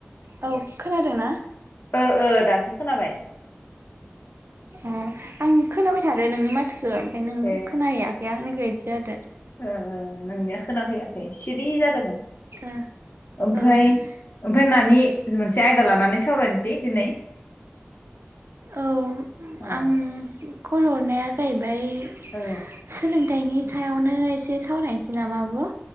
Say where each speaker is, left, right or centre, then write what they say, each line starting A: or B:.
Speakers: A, on the right; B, on the left.
A: औ खोनादोंना
B: ओ ओ। दासो खोनाबाय।
A: अ आं खोनाबाय थादो नोंनि माथो। ओ ओमफ्राय नों
B: ए
A: खोनाहैयाखै आंनिखो इदि जादो
B: ओ नोंनिया खोनाफैयाखै सिरि जादोंमोन।
A: ओ
B: ओमफ्राय
A: औ
B: ओमफ्राय नानि मोनसे आयदा लानानै सावरायनोसै दिनै।
A: औ
B: औ
A: आं कल हरनाया जाहैबाय सोलों
B: औ
A: फिथाइनि सायावनो एसे सावरायनोसै नामा आब?